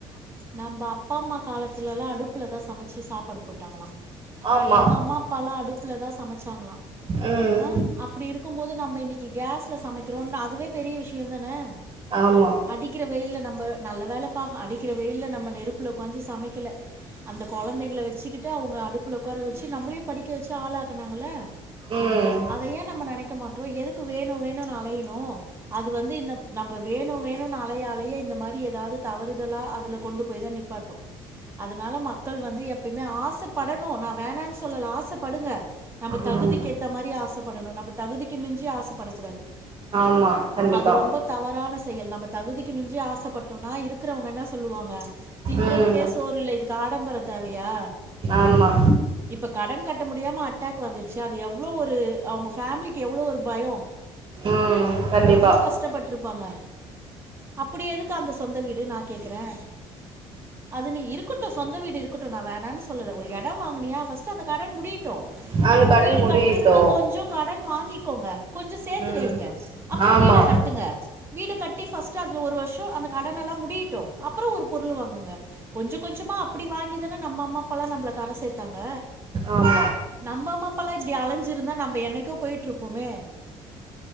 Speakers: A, on the right; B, on the right.
A: நம்ப அப்பா மா காலத் த்துலலா அடுப்புல தா சமச்சி சாப்பாடு போட்டாங்களா நா
B: ஆமா
A: எங்க அம்மா அப்பாலா அடுப்புல தா சமச்சாங்களா
B: ம்
A: ஆஹ் அப்டி இருக்கும் போது நம்ப இன்னிக் நீ கேஸ்ல சமைக்றோன்னு அதுவே பெரிய விஷ்யோ தானே
B: ஆமா
A: அடிக்கிற வெயில்ல நம்ப நல்ல வேல பா அடி அடிக்கிற வெயில நம்ப நெருப்புல ஒக்காஞ்சி சமைக்கல அந்த கொழந்தைங்கள வெச்சுக்கிட்டு அவுங்க அடுப் அடுப்புல ஒக்கார வெச்சி நம்பளே படிக்க வெச்சி ஆளாக்குனாங்கல்ல
B: ம்
A: அத ஏ நம்ப நெனைக்க மாட்றோ எதுக்கு வேணு வேணு அலையனு அது வந்து இந்த நம்ப வேணு வேணுன்னு அலைய அலைய இந்த மாரி ஏதாது தவறு அதலா அதுல கொண்டு போய் தா நிப்பாட்டு அதனால மக்கள் வந்து எப்பயுமே ஆசப்படணு நா வேணான்னு சொல்ல ஆசப் படுங்க நம்ப தகுதிக்கு
B: ம்
A: ஏத்த மாரி ஆசப்படணு நம்ப தகுதிக்கு மிஞ்சி ஆசப்படக்கூடாது
B: ஆமா கண்டிப்பா
A: அது ரொம்ப தவறான செயல் நம்ப தகுதிக் மிஞ்சி ஆசப் பட்டோனா இருக் இருக்றவங்க என்னா சொல்வாங்க தின்றதுக்கே
B: ம்
A: சோறு இல்ல இதுக் அடம்பரோ தேவையா
B: ஆமா
A: இப்ப கடன் கட்ட முடியாம அட் டேக் வந்துருச்சு அது எவ் எவ்ளோ ஒரு அவுங்க ஃபேமிலிக்கு எவ்ளோ ஒரு பயோ
B: ம் கண்டிப்பா
A: எவ்ளோ கஷ்ட்டபட்ருப்பாங்க அப்டி எதுக்கு அந்த சொந்த வீடு ட்டு நா கேக்குறே அது நீ இருக்குட்டு சொந்த வீடு இருக்குட்டு நா வேணானு சொல்லல ஒரு எடோ வாங்கினியா ஃபர்ஸ்ட்டு அந்த கடன் முடி ட்டு
B: அந்த
A: அப்றோ
B: கடன்
A: வீடு
B: முடியட்டு
A: கட்றதுக்கு கொஞ்சோ கடன் வாங்கி டோங்க கொஞ்சோ சேத்து
B: ம்
A: வைங்க அப்றோ
B: ஆமா
A: வீட கட்டுங்க வீட கட்டி ஃபஸ் அதுல ஒரு வர்ஷோ அந்த கடன் னலா முடியட்டோ அப்றோ ஒரு பொருள் வாங்குங்க கொஞ்சோ கொஞ்சமா அப்டி வாங்கி தானே நம்ப அம்மா அப்பாலா நம்பல கர சேத்தாங்க
B: ஆமா
A: நம்ப அம்மா அப்பாலா இப்டி அலஞ்சிருந்தா நம்ப என்னைக்கோ பொய்ட்ருப்போமே